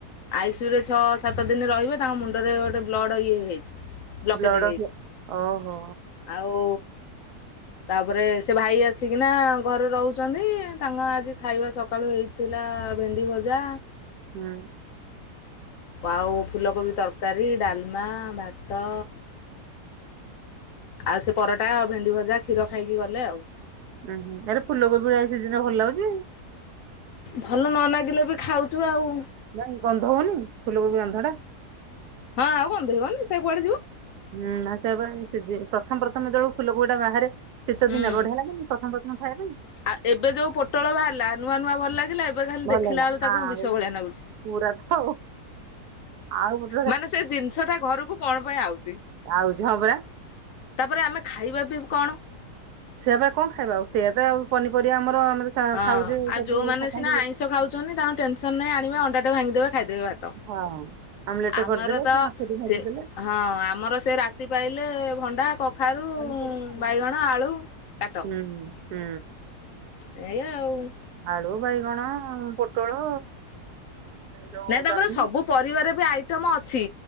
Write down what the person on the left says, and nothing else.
ଆଇସୁ ରେ ଛଅ ସାତ ଦିନ ରହିବ ତାଙ୍କ ମୁଣ୍ଡରେ ଗୋଟେ ବ୍ଲଡ଼ ଇଏ ହେଇଛି। ବ୍ଲକେଜ
ହେଇଛି
ଆଉ ତାପରେ ସେ ଭାଇ ଆସିକିନା ଘରେ ରହୁଛନ୍ତି ତାଙ୍କ ଆଜି ଖାଇବା ସକାଳୁ ହେଇ ଥିଲା ଭେଣ୍ଡି ଭଜା।
ଆଉ ଫୁଲକୋବି ତରକାରୀ ଡାଲମା ଭାତ ଆଉ ସେ ପରଟା ଆଉ ଭେଣ୍ଡି ଭଜା କ୍ଷୀର ଖାଇକି ଗଲେ ଆଉ।
ଭଲ ନ ଲାଗିଲେ ବି ଖାଉଛୁ ଆଉ।
ହଁ ଆଉ ଗନ୍ଦେଇବନି ସେ କୁଆଡେ ଯି
ହୁଁ
ଆଉ ଏବେ ଯୋଉ ପୋଟଳ ବାହାରିଲା ନୂଆ ନୂଆ ଭଲ ଲାଗିଲା ଏବେ ଖାଲି
ଦେଖିଲା
ବେଳୁ ତାକୁ
ବିଷ ଭଳିଆ ନାଗୁଛି।
ମାନେ ସେ ଜିନିଷ ଟା ଘରକୁ କଣ ପାଇଁ ଆଉଚି।
ତାପରେ ଆମେ ଖାଇବା ବି କଣ।
ହଁ
ଆଉ
ଯୋଉମାନେ
ସିନା
ଆଇଁଷ ଖାଉଛନ୍ତି ତାଙ୍କ ଟେନସନ ନାହିଁ ଆଣିବେ ଅଣ୍ଡାଟେ ଭାଙ୍ଗିଦେବେ ଖାଇଦେବେ ଭାତ।
ଆମର
ତ
ସେ ହଁ ଆମର ସେ ରାତି ପାଇଲେ ଭଣ୍ଡା କ ଖାରୁ
ବାଇଗଣ ଆଳୁ କାଟ।
ସେଆ ଆଉ।
ନାଇଁ ତାପରେ
ସବୁ ପରିବାର ବି ଆଇଟମ ଅଛି